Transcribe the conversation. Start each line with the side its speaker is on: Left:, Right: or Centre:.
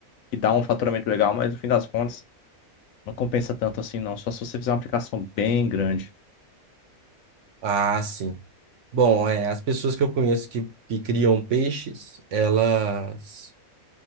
Left: que dá um faturamento legal, mas no fim das contas não compensa tanto assim, não. Só se você fizer uma aplicação bem grande.
Right: Ah, sim. Bom, é, as pessoas que eu conheço que, que criam peixes, elas